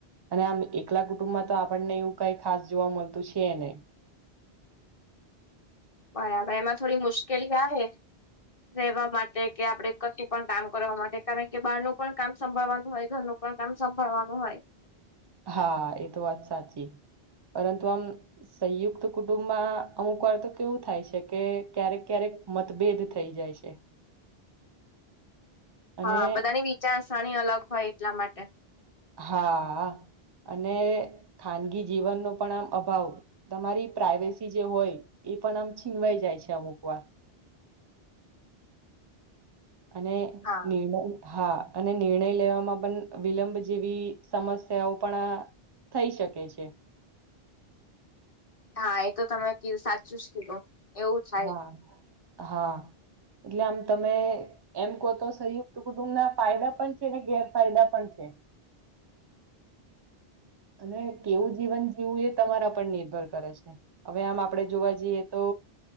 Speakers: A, on the right; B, on the left.
A: અને આમ એકલા કુટુંબમાં તો આપણને એવું કઈ ખાસ જોવા મળતું છે નને
B: બરાબર એમાં થોડી મુશ્કેલી આવે રેવા માટે કે આપડ કશું પણ કામ કરવા માટે કારણ કે બારનું પણ કામ સંભળવાનું હોય ઘરનું પણ કામ સંભાળવાનું હોય
A: હા એ તો વાત સાચી પરંતુ આમ સંયુક્ત કુટુંબમાં અમુક વાર તો કેવું થાય છે કે ક્યારેક ક્યારેક મતભેદ થઈ જાય છે અને
B: હા બધાની વિચારસરણી અલગ હોય એટલા માટે
A: હા અને ખાનગી જીવનનોો પણ આમ અભાવ તમારી પ્રાઈવેસી જે હોય એ પણ આમ છીનવાઈ જાય છે અમુક વાર અને
B: હા
A: નિળમ હા અને નિર્ણય લેવામાં પણ વિલંબ જેવી સમસ્યાઓ પણ આ થઈ શકે છે
B: હા એ તો તમે સાચું જ કીધું એવું થાય
A: હા હા એટલે આમ તમે એમ કહો તો સંયુક્ત કુટુંબ ના ફાયદા પણ છે. ને ગેરફાયદા પણ છે. <unintelligible> અને કેવું જીવન જીવું એ તમારા પર નિર્ભર કરે છે. હવે આમ આપડે જોવા જઈએ. તો